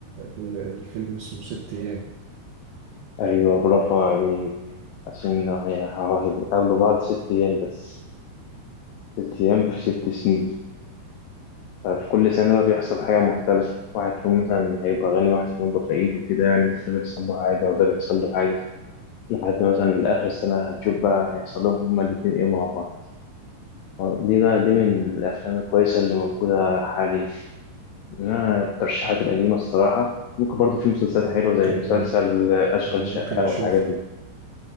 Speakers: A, on the right; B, on the left.
A: ال- الفيلم اسمه ست أيام
B: أيوة برافو عليه عشان هي- هو هيقابلوا بعض ست أيام بس ست أيام في
A: آه.
B: ست سنين ففي كل سنة بقى بيحصل حاجة مختلفة واحد فيهم مثلا هيبقى غني واحد فيهم هيبقى فقير وكده يعني ده بيحصل له حاجة وده بيحصل له حاجة لحد مثلا آخر سنة هتشوف بقى هيحصل لهم هما الاتنين إيه مع بعض دي بقى دي من الأفلام الكويسة اللي موجودة حاليا إنما الترشيحات
A: آه.
B: القديمة الصراحة ممكن برضو في مسلسلات
A: أنا
B: حلوة
A: ممكن
B: زي مسلسل أشغال
A: أنا ممكن
B: شقة
A: أشوف
B: والحاجات دي